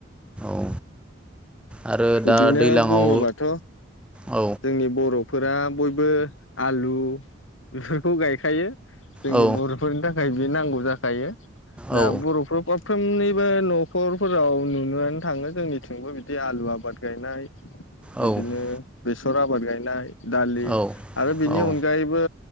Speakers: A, in the centre; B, on the left (about 80°).
A: औ आरो
B: बिदिनो
A: दा दैलाङाव
B: बुङोबाथ'
A: औ
B: जोंनि बर'फोरा बयबो आलु बेफोरखौ गायखायो जोंनि
A: औ
B: बर'फोरनि था थाखाय बे नांगौ जाखायो दा
A: औ
B: बर'फोर मोफ्रोमनिबो न' नखरफोराव नुनोआनो थाङो जोंनिथिंबो बिदि आलु आबाद गायनाय बिदिनो
A: औ
B: बेसर आबाद गायनाय दालि
A: औ
B: आरो बिनि
A: औ
B: अनगायैबो